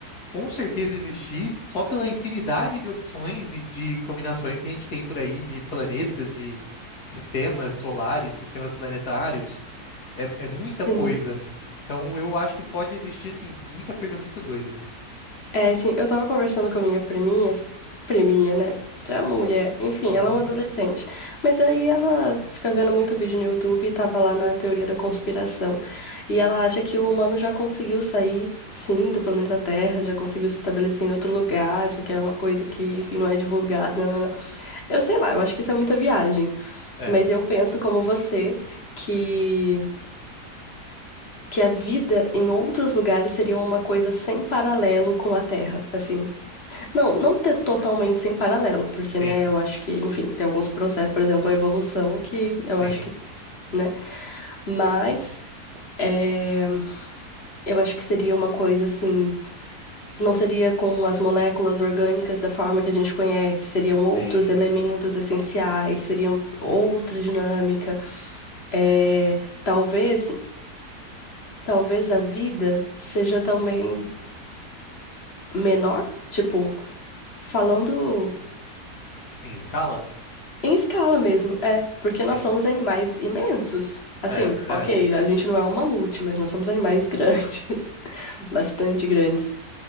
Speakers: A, on the left (about 75°); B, on the left (about 40°).
A: com certeza existir só pela infinidade de opções e de combinações que a gente tem por aí de planetas e sistemas solares, sistemas planetários. É, é muita
B: sim.
A: coisa. Então eu acho que pode existir, assim, muita coisa muito doida.
B: É, assim, eu tava conversando com a minha priminha, assim, priminha, né? É uma mulher, enfim,
A: Uhum.
B: ela é uma adolescente. Mas aí ela fica vendo muito vídeo no YouTube e tava lá na teoria da conspiração. E ela acha que o humano já conseguiu sair, sim, do planeta Terra, já conseguiu se estabelecer em outro lugar. Isso aqui era uma coisa que, enfim, não é divulgada. nanana. Eu sei lá, eu acho que isso é muita viagem.
A: É,
B: Mas eu penso como você que que a vida em outros lugares seria uma coisa sem paralelo com a Terra, assim. Não, não ter totalmente sem paralelo, porque,
A: sim,
B: né, eu acho que, enfim, tem alguns processos, por exemplo, a evolução, que eu
A: sim,
B: acho que, né, mas é, eu acho que seria uma coisa assim, não seria com as moléculas orgânicas da forma que a gente conhece, seriam
A: sim.
B: outros elementos essenciais, seriam outra dinâmica. É, talvez, talvez a vida seja também menor, tipo, falando.
A: Em escala?
B: Em escala mesmo, é, porque nós
A: Sim.
B: somos animais imensos. Assim,
A: É é verdade.
B: ok, a gente não é um mamute, mas nós somos animais grandes, <laughs> bastante grandes.